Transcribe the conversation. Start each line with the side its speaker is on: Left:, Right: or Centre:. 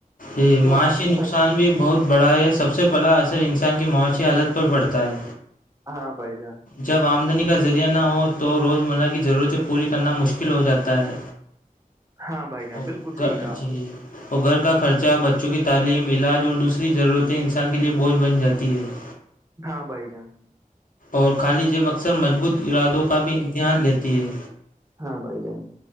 Left: یہ
Right: تو
Left: معاشی
Right: آپ ہی
Left: نقصان
Right: فرق
Left: بھی بہت بڑا یہ سب سے بلا اثر انسان کی معاشی حالت پر پڑتا ہے
Right: ہاں بھائی جان
Left: جب آمدنی کا ذریعہ نہ ہو تو روزمرہ کی ضرورتیں پوری کرنا مشکل ہو جاتا ہے
Right: ہاں بھائی جان
Left: اوک
Right: بالکل صحیح کہا آپ
Left: جی اور گھر کا خرچہ بچوں کی تعلیم علاج اور دوسری ضرورتیں انسان کے لیے بوجھ بن جاتی ہے <inaudible>
Right: ہاں بھائی جان
Left: اور خالی جیب اکثر مضبوط ارادوں کا بھی امتحان لیتی ہے
Right: ہاں بائی جان